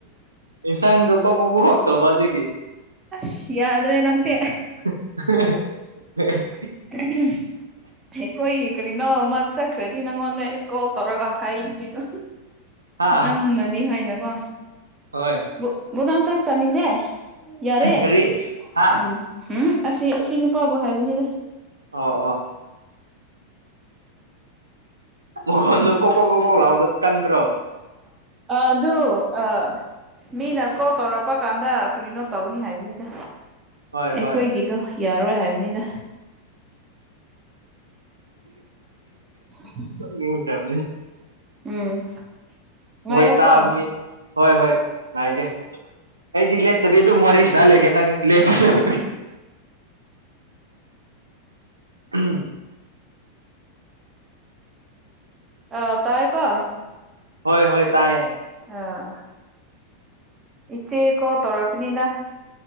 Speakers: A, on the right (about 75°); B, on the right (about 20°).
A: ꯏꯟꯁꯥꯡꯗꯣ ꯀꯣꯛ ꯀꯣꯛ ꯀꯣꯛ ꯀꯣꯛ ꯇꯧꯕ ꯑꯗꯨꯒꯤ
B: ꯑꯁ ꯌꯥꯗ꯭ꯔꯦ ꯅꯪꯁꯦ
A: <unintelligible>
B: <unintelligible> ꯑꯩꯈꯣꯏꯒꯤ ꯀꯔꯤꯅꯣ ꯑꯃ ꯆꯠꯈ꯭ꯔꯗꯤ ꯅꯪꯉꯣꯟꯗ ꯑꯩ ꯀꯣꯜ ꯇꯧꯔꯒ ꯍꯥꯏꯅꯤꯅꯦ ꯑꯗꯨ
A: ꯍꯥ
B: ꯅꯪꯅꯅꯤ ꯍꯥꯏꯅꯀꯣ
A: ꯍꯣꯏ
B: ꯃꯨ ꯃꯨꯛꯗꯥꯡ ꯆꯥꯛ ꯆꯥꯅꯤꯡꯗꯦ ꯌꯥꯔꯦ
A: ꯀꯔꯤ ꯍꯥ
B: ꯎꯝ ꯍꯨꯝ ꯑꯁꯤ ꯑꯁꯤ ꯅꯨꯄꯥꯕꯨ ꯍꯥꯏꯕꯅꯤꯗ
A: ꯑꯣ ꯑꯣ ꯃꯈꯣꯟꯗꯣ ꯀꯣꯀꯣꯛ ꯀꯣꯀꯣꯛ ꯂꯥꯎꯗꯣ ꯀꯟꯕ꯭ꯔꯣ
B: ꯑ ꯑꯗꯨ ꯑ ꯃꯤꯅ ꯀꯣꯜ ꯇꯧꯔꯛꯄ ꯀꯥꯟꯗ ꯀꯔꯤꯅꯣ ꯇꯧꯅꯤ ꯍꯥꯏꯕꯅꯤꯗ
A: ꯍꯣꯏ
B: ꯑꯩꯈꯣꯏꯒꯤꯗꯣ
A: ꯍꯣꯏ
B: ꯌꯥꯔꯣꯏ ꯍꯥꯏꯕꯅꯤꯗ <inaudible>
A: ꯀꯌꯥ
B: ꯎꯝ ꯉꯥꯏꯌꯣꯀꯣ
A: ꯃꯣꯏꯇꯥꯃꯤ ꯍꯣꯏ ꯍꯣꯏ ꯉꯥꯏꯒꯦ ꯑꯩꯗꯤ ꯂꯦꯞꯇꯕꯤ ꯑꯗꯨꯝ ꯋꯥꯔꯤꯁꯤꯅ ꯂꯩꯒꯦ ꯅꯪ ꯂꯦꯞꯄꯁꯨꯦ ꯎꯝ
B: ꯑ ꯇꯥꯏ ꯀꯣ
A: ꯍꯣꯏ ꯍꯣꯏ ꯇꯥꯏꯌꯦ
B: ꯑꯥ ꯏꯆꯦ ꯀꯣꯜ ꯇꯧꯔꯛꯄꯅꯤꯗ